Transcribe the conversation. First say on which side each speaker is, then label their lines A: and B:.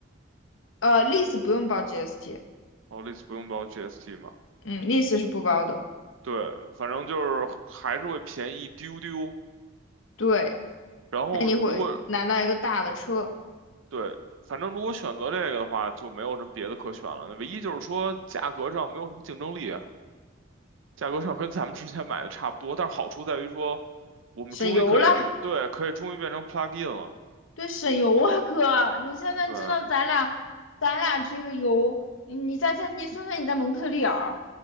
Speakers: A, on the left; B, on the right.
A: 呃，lease 不用包 GST，
B: 哦，类似不用包 GST 嘛。
A: 嗯，lease 是不包的。
B: 对，反正就是还是会便宜一丢丢。
A: 对，
B: 然后如果
A: 那你会拿到一个大的车。
B: 对，反正如果选择这个的话，就没有什么别的可选了。唯一就是说价格上没有什么竞争力。价格上跟咱们之前买的差不多，但是好处在于说，我们终于可以，
A: 省油了，
B: 对，可以终于变成 plug in 了。
A: 对，省油啊，哥，你现在知道咱俩，
B: 对，
A: 咱俩这个油，你在在，你算算你在蒙特利尔，